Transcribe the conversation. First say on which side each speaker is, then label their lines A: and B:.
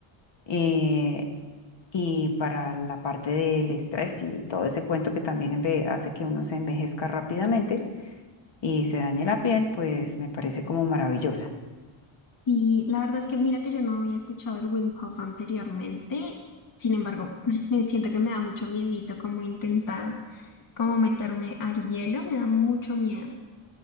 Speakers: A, on the left; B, on the left.
A: eh, y para la parte del estrés y todo ese cuento que también enve- hace que uno se envejezca rápidamente, y se dañe la piel, pues me parece como maravillosa.
B: Sí, la verdad es que mira que yo no había escuchado el Wim Hof anteriormente, sin embargo, <laughs> siento que me da mucho miedito como intentar como meterme al hielo, me da mucho miedo.